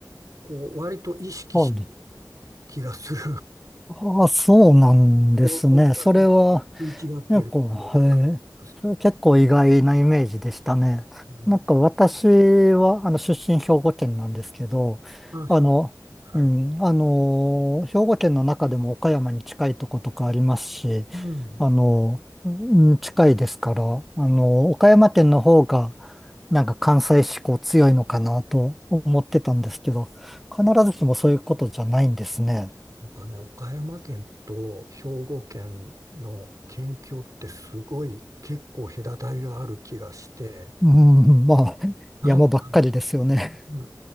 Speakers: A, on the right (about 55°); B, in the centre.
A: こう、割と意識してる
B: はい。
A: 気がする。
B: ああ、そうなんですね。
A: <laughs> そう、そこら辺食い違ってるような感じがする。
B: それは、結構、はい。それ結構意外なイメージでしたね。
A: うん。
B: なんか私は、あの、出身兵庫県なんですけど、
A: まあ、兵庫県はい。
B: あの、うん、あの、兵庫県の中でも岡山に近いとことかありますし、
A: うん。
B: あの、うん近いですから、あの、岡山県の方が、なんか関西志向強いのかなと思ってたんですけど、必ずしもそういうことじゃないんですね。
A: なんかね、岡山県と兵庫県の県境ってすごい結構隔たりがある気がして、
B: うん、まあ、
A: なんかね
B: 山ばっかりですよね。
A: うん、